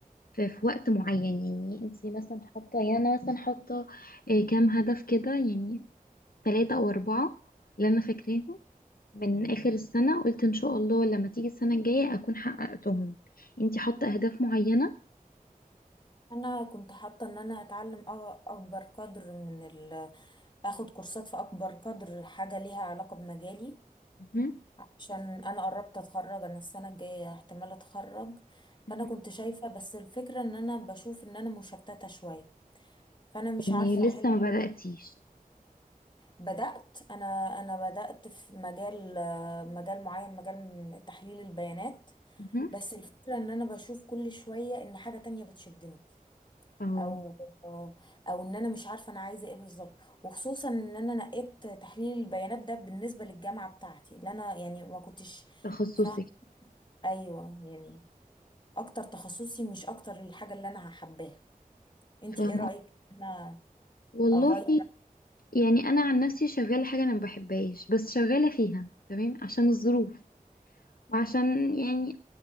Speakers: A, on the left; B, on the left.
A: ف- في وقت معين يعني انتي مثلا حاطة يعني انا مثلا حاطة آه، كام هدف كده يعني ثلاثة او اربعة اللي انا فاكراهم من اخر السنة قلت ان شاء الله لما تيجي السنة الجاية اكون حققتهم انتي حاطة اهداف معينة
B: انا كنت حاطة ان انا اتعلم أ- اكبر قدر من ال اخد كورسات في اكبر قدر حاجة ليها علاقة بمجالي
A: مهم.
B: عشان انا قربت اتخرج انا السنة الجاية احتمال اتخرج
A: مهم.
B: فانا كنت شايفة بس الفكرة ان انا بشوف ان انا مشتتة شوية فانا مش
A: يعني
B: عارفة
A: لسه
B: احل
A: ما بدأتيش
B: بدأت أنا أنا بدأت في مجال آه، مجال معين مجال تحليل البيانات
A: مهم.
B: بس الفكرة إن أنا بشوف كل شوية إن حاجة تانية بتشدني
A: اه
B: أو آه، أو إن أنا مش عارفة أنا عايزة إيه بالظبط وخصوصا إن أنا نقيت تحليل البيانات ده بالنسبة للجامعة بتاعتي اللي أنا يعني ما كنتش
A: تخصصك
B: فاهمة أيوه يعني أكتر تخصصي مش أكتر الحاجة اللي أنا حباها أنتي
A: فاهمة
B: إيه رأيك إن أنا
A: والله
B: أغير
A: يعني أنا عن نفسي شغالة حاجة أنا ما بحبهاش بس شغالة فيها تمام عشان الظروف وعشان يعني